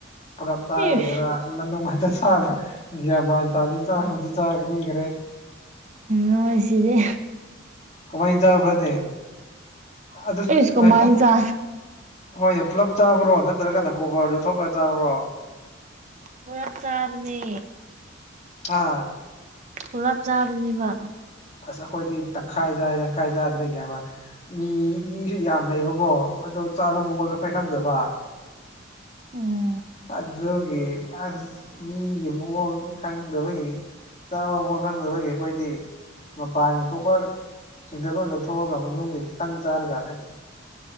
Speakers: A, on the left (about 35°); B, on the right (about 35°).
A: ꯄꯨꯂꯞ ꯆꯥꯒꯗꯕꯩꯔꯥ
B: ꯏꯁ
A: ꯃꯅꯨꯡ ꯈꯇ ꯆꯥꯕꯥ ꯒ꯭ꯌꯥꯟ ꯃꯥꯟ ꯇꯥꯗꯦ ꯆꯥꯔꯕꯨꯗꯤ ꯆꯥꯒꯕꯤꯈ꯭ꯔꯦ
B: ꯅꯣꯏꯁꯤꯗꯤ
A: ꯀꯃꯥꯏ ꯆꯕꯔꯅꯦ ꯑꯗꯈꯣ
B: ꯏꯁ ꯀꯃꯥꯏ ꯆꯥ
A: ꯍꯣꯏꯅꯦ ꯄꯨꯂꯞ ꯆꯥꯕ꯭ꯔꯣ ꯅꯠꯇ꯭ꯔꯒꯅ ꯀꯣꯕꯔ ꯂꯧꯊꯣꯛꯂꯒ ꯆꯥꯕ꯭ꯔꯣ
B: ꯄꯨꯔꯥ ꯆꯥꯕꯅꯦ
A: ꯑ
B: ꯄꯨꯂꯞ ꯆꯥꯕꯅꯦꯕ
A: ꯑꯁ ꯑꯩꯈꯣꯏꯗꯤ ꯇꯪꯈꯥꯏ ꯆꯥꯏ ꯇꯪꯈꯥꯏ ꯆꯥꯏꯗꯅ ꯃꯤ ꯃꯤꯁꯨ ꯌꯥꯝ ꯂꯩꯕꯀꯣ ꯑꯗꯣ ꯆꯥꯕ ꯃꯑꯣꯟ ꯀꯩ ꯈꯪꯗꯕ
B: ꯑꯣꯝ
A: ꯑꯗꯨꯒꯤ ꯑꯁ ꯃꯤꯒꯤ ꯃꯑ‌ꯣꯡ ꯀꯪꯗꯕꯒꯤ ꯆꯥꯕ ꯃꯉꯥꯡꯗ ꯑꯩꯈꯣꯏꯒꯤ ꯑꯩꯈꯣꯏꯗꯤ ꯃꯄꯥꯟꯒꯤ ꯀꯣꯛꯄ ꯆꯤꯡꯗꯦꯜ ꯑꯣꯏꯅꯗ ꯊꯣꯛꯑꯒ ꯃꯅꯨꯡꯒꯤ ꯈꯤꯇꯪ ꯆꯥꯔꯒ ꯑꯦꯁ